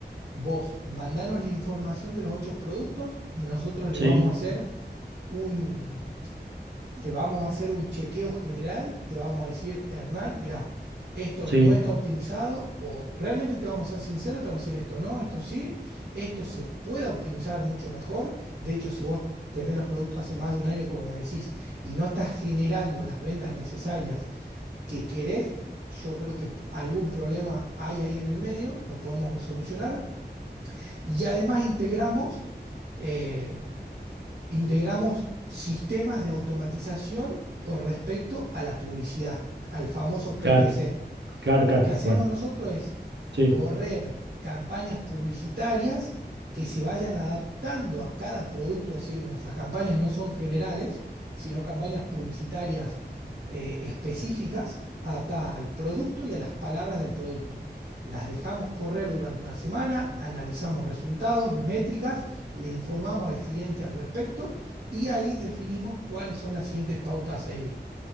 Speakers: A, on the right (about 55°); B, on the right (about 85°).
A: vos mandanos la información de los ocho productos, nosotros le
B: sí,
A: vamos a hacer un, le vamos a hacer un chequeo general, te vamos a decir, Hernán, mira, esto
B: sí,
A: no está optimizado, o realmente te vamos a ser sinceros, te vamos a decir, esto no, esto sí, esto se puede optimizar mucho mejor. De hecho, si vos tenés los productos hace más de un año, como me decís, y no estás generando las ventas necesarias que querés. Yo creo que algún problema hay ahí en el medio, lo podemos solucionar. Y además integramos, eh, integramos sistemas de automatización con respecto a la publicidad, al famoso
B: claro,
A: PPC.
B: claro,
A: Lo
B: claro.
A: que hacemos
B: Bueno,
A: nosotros es
B: sí.
A: correr campañas publicitarias que se vayan adaptando a cada producto, es decir, nuestras campañas no son generales, sino campañas publicitarias eh, específicas adaptadas al producto y a las palabras del producto. Las dejamos correr durante una semana, analizamos resultados, métricas, le informamos al cliente al respecto y ahí definimos cuáles son las siguientes pautas a seguir.